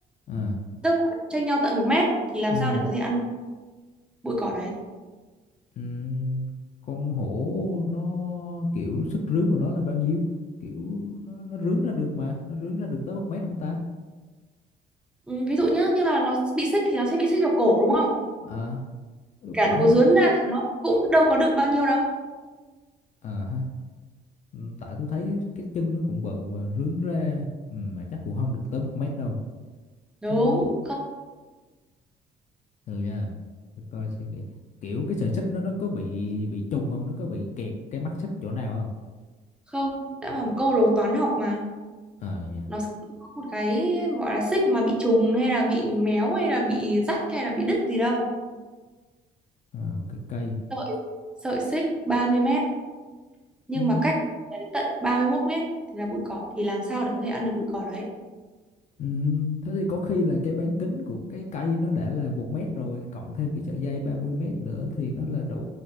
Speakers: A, on the left; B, in the centre.
A: à
B: tức là chênh nhau tận một mét thì làm
A: ừ.
B: sao để có thể ăn bụi cỏ đấy
A: Ừm, con hổ nó kiểu sức rướn của nó là bao nhiêu kiểu nó nó rướn ra được mà nó rướn ra được tới một mét không ta
B: ừ, ví dụ nhá như là nó bị xích thì nó sẽ bị xích vào cổ đúng không
A: à
B: cả
A: cổ
B: nó có
A: thì
B: dướn ra thì nó cũng đâu có được bao nhiêu đâu
A: à ha Ừm, tại tôi thấy cái chân nó cũng bự và rướn ra Ừm, mà chắc cũng không được tới một mét đâu
B: đúng
A: thế
B: không
A: từ nha để coi suy nghĩ kiểu cái sợi xích nó nó có bị bị trùng không nó có bị kẹt cái mắt xích chỗ nào không
B: không đã bảo một câu đồ toán học mà
A: ờ nha
B: nó sẽ có một cái gọi là xích mà bị trùng hay là bị méo hay là bị rách hay là bị đứt gì đâu
A: Ờ, cái cây
B: sợi sợi xích 30 mét nhưng
A: Ừ,
B: mà cách đến tận 31 mét thì là bụi cỏ thì làm sao để có thể ăn được bụi cỏ đấy
A: Ừ, thế thì có khi là cái bán kính của cái cây nó đã là một mét rồi cộng thêm cái sợi dây 30 mét nữa thì nó là đủ